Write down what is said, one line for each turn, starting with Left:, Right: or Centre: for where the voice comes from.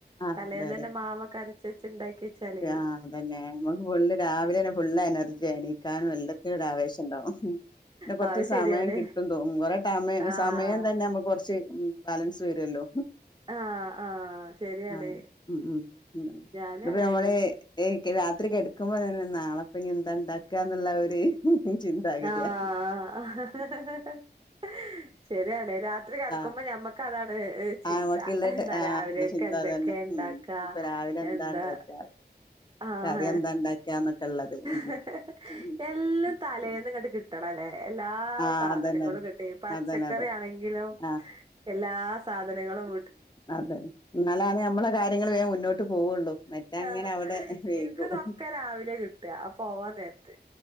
Left: ആഹ്
Right: തലേന്ന്
Left: അതെ അതെ
Right: അന്നെ മാവ് ഒക്കെ അരച്ച് വെച്ച ഇണ്ടാക്കിയ വെച്ചാലെ
Left: ആ അതന്നെ നമുക്ക് ഫുള്ള് രാവിലെ ഒരു ഫുള്ള് എനർജി ആയിരിക്കും കാരണം എല്ലത്തിലും ഒരു ആവേശം ഇണ്ടാവും ടെപോർച്ച്
Right: അത് ശരിയാണ്
Left: സമയം കിട്ടും തോ കുറ തമാ
Right: ആഹ്
Left: സമയം തന്നെ നമുക്ക് കൊറച്ച് ബാലൻസ് <unintelligible> വരുല്ലോ
Right: ആഹ് ആഹ് ശരിയാണ്
Left: ആ ഉ ഉെ
Right: ഞാനും
Left: അപ്പ
Right: അങ്ങനെന്നെ
Left: നമ്മള് ഏക്ക് രാത്രി കെടക്കുമ്പോ തന്നെ നാളെപ്പനി എന്താ ഉണ്ടാക്കാന്നുള്ള ഒരു ചിന്താഗതിയാ
Right: ആ <unintelligible> ശരിയാണ് രാത്രി കെടക്കുമ്പോ
Left: ഏഹ്
Right: ഞമ്മക്ക് ക്ക അതാണ് ചിന്ത
Left: ആ നമുക്കുള്ള
Right: എന്താ
Left: ട- ആ
Right: രാവിലെയൊക്കെ
Left: അത് ചിന്ത
Right: എന്തൊക്കെ
Left: അതന്നെ
Right: എണ്ടാക്കാ
Left: ഉം ഇപ്പൊ രാവിലെ
Right: എന്താ
Left: ഉണ്ടാക്കാ
Right: ആഹ
Left: കറി എന്താ ഉണ്ടാക്കാന്നൊക്കെ ഉള്ളത് ഉം
Right: ഹഹ
Left: ഉം
Right: എല്ലാം തലേന്ന്
Left: ഉം.
Right: ഇങ്ങട് കിട്ടണം അല്ലേ എല്ലാ
Left: ആ
Right: സാധനങ്ങളും
Left: അതന്നെ
Right: ങ്ങട്ട് പച്ചക്കറ
Left: അതന്നെ അതെ
Right: ആണെങ്കിലും
Left: ആ
Right: എല്ലാ സ സാധനങ്ങളും വട്ട്
Left: അതെ ഇന്നാലാണ് ഞമ്മടെ കാര്യങ്ങള് വേ മുന്നോട്ട് ഇട്ട് പോവുള്ളു മറ്റ അങ്ങനെ
Right: ആഹ്
Left: അവിടെ വെയ്ക്കും
Right: ഇൻക്ക്തൊക്കെ രാവിലെ കിട്ടാ ആ പോവാൻ നേരത്ത്